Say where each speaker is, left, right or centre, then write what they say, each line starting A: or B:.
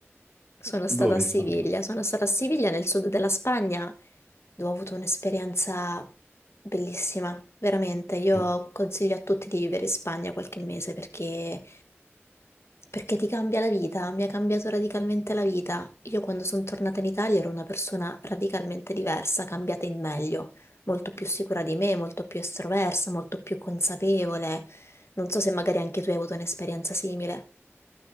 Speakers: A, on the left; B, on the right.
A: Sono
B: Dove
A: stata a
B: in
A: Siviglia,
B: Spagna?
A: sono stata a Siviglia nel sud della Spagna dove ho avuto un'esperienza bellissima, veramente. Io
B: Eh,
A: consiglio a tutti di vivere in Spagna qualche mese perché, perché ti cambia la vita, mi ha cambiato radicalmente la vita. Io quando sono tornata in Italia ero una persona radicalmente diversa, cambiata in meglio, molto più sicura di me, molto più estroversa, molto più consapevole. Non so se magari anche tu hai avuto un'esperienza simile.